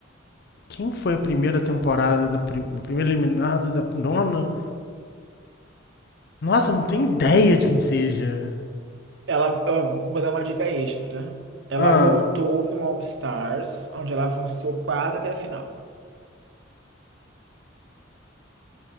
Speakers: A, on the left; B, on the right.
A: quem foi a primeira temporada da prim- a primeira eliminada da nona? Nossa, eu não tenho ideia de quem seja.
B: Ela, ó, vou dar uma dica extra. Ela
A: Ah,
B: voltou no All Stars, onde ela avançou quatro até a final.